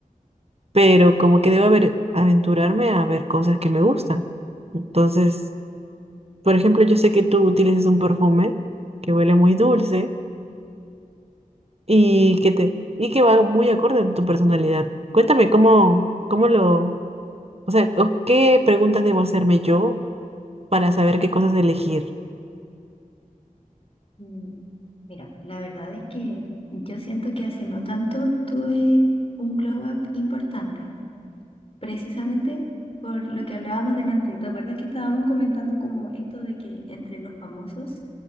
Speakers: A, on the right (about 45°); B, on the left (about 40°).
A: pero como que debo haber, aventurarme a ver cosas que me gustan. Entonces, por ejemplo, yo sé que tú utilizas un perfume que huele muy dulce y que te y que va muy acorde a tu personalidad. Cuéntame cómo cómo lo, o sea, o qué preguntas debo hacerme yo para saber qué cosas elegir.
B: Mm, Mira, la verdad es que yo siento que hace no tanto tuve un glow up importante, precisamente por lo que hablábamos delante. ¿Te acuerdas que estábamos comentando como esto de que entre los famosos